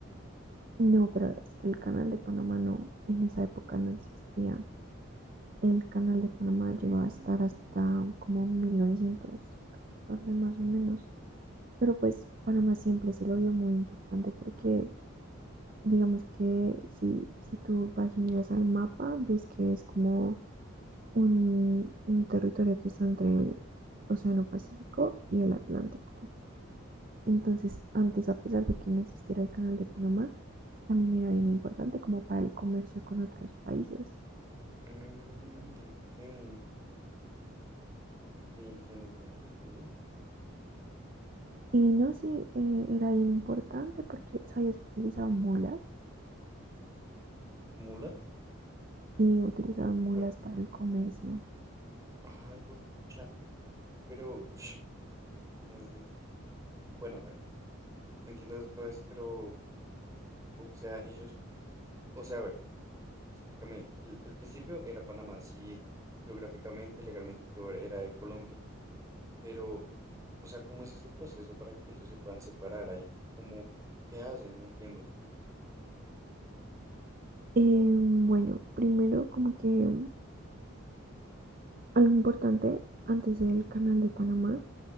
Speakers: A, on the right; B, on the right.
A: No, pero es que el Canal de Panamá no, en esa época no existía. El Canal de Panamá
B: Mm,
A: llegó a estar hasta como mil novecientos catorce más o menos. Pero pues Panamá siempre se lo vio muy importante porque digamos que si, si tú vas y miras al mapa, ves que es como un, un territorio que está entre el Océano Pacífico y el Atlántico. Entonces antes, a pesar de que no existiera el Canal de Panamá, también era bien importante como para el comercio con otros países.
B: mm, ok, ok, entiendo, entiendo, ok.
A: Y no, sí, eh, era bien importante porque sabías que utilizaban mulas
B: ¿Mulas?
A: y utilizaban mulas
B: Par-
A: para el comercio.
B: Ay, pucha. Pero, uff, entonces. Bueno, a ver, entiendo todo eso, pero, o sea, ellos, o sea, a ver, explícame, el- al principio era Panamá, sí, geográficamente, legalmente todo era de Colombia, pero, o sea, ¿cómo es ese proceso para que ellos se puedan separar? Hay como, ¿qué hacen? No entiendo.
A: Eh, bueno, primero como que algo importante antes del canal de Panamá,